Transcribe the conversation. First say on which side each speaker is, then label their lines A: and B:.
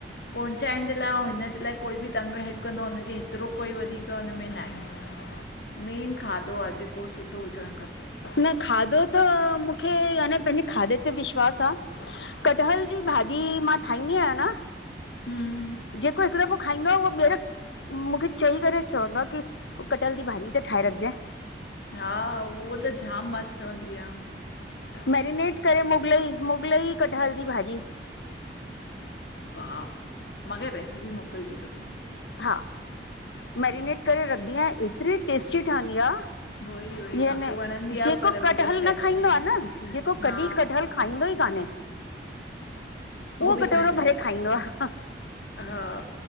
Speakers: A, on the left; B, on the left.
A: पहुचाइण जे लाइ, ऐं हिन जे लाइ कोई बि तव्हांखे हेल्प कंदो आहे हुनजे हेतिरो कोई वधीकर हुन में न आहे।
B: <inaudible>
A: मेन खाधो आ, जेको सुठो हुजणु खपे।
B: न खाधो त मूंखे यानी पंहिंजे खाधे ते विश्वास विश्वास आ। कटहल जी भाॼी मां ठाहींदी आहियां न
A: हम्म।
B: जेको हिकु दफ़ो खाईंदो आहे उहो ॿीहर मूंखे चई करे चवंदो आहे की कटहल जी भाॼी त ठाहे रखजांइ।
A: हा, उहो त जामु मस्तु हूंदी आ।
B: मैरिनेट करे मुगलई, मुगलई कटहल जी भाॼी।
A: वाउ, मां खे रेसिपी मोकिलिजो तव्हां।
B: हा, मैरिनेट करे रखंदी आहियां एतिरी टेस्टी ठहंदी आ।
A: उहो ई उहो ई
B: यानी
A: मूंखे वणंदी आहे
B: जेको
A: पर
B: कटहल
A: मुंहिंजा फ्रेंड्स
B: न खाईंदो
A: आहिनि
B: आहे न जेको
A: हा
B: कॾहिं कटहल खाईंदो ई काने, उहो
A: बि
B: कटोरो
A: खाइणु लॻनि
B: भरे खाईंदो आ
A: हा